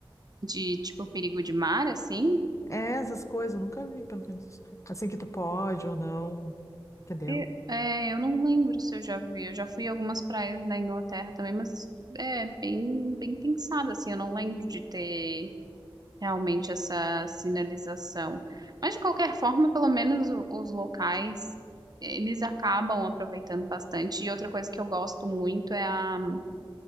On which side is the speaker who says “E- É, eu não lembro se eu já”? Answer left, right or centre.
Right